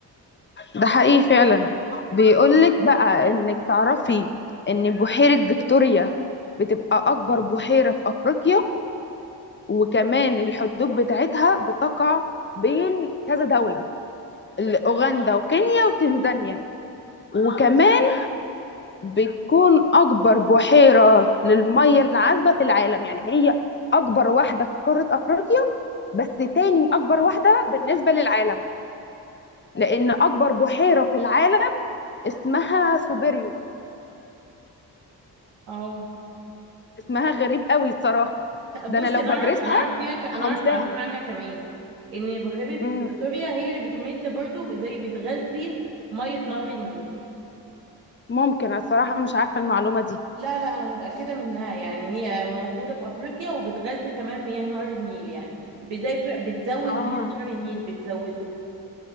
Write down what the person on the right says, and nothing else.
اه
أ-
بصي
انا
اعرف انا اعرف فيها ك... انا
اعرف معلومة عنها كمان ان بحيرة
فيكتوريا هي اللي بتمد برضو زي بتغذي مية نهر النيل
لا لا انا متاكده منها يعني هي موجوده في افريقيا وبتغذي كمان مياه نهر النيل يعني زي بتزود
مياه نهر النيل بتزوده